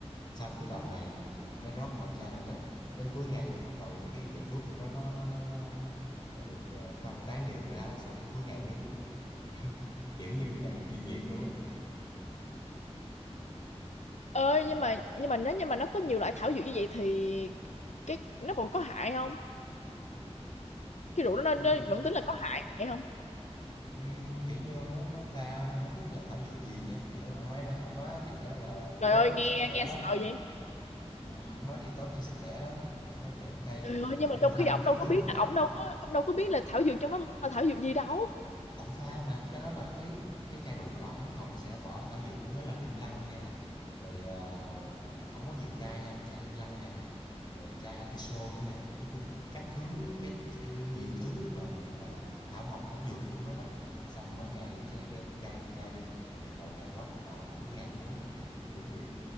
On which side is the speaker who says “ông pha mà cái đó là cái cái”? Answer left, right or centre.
Left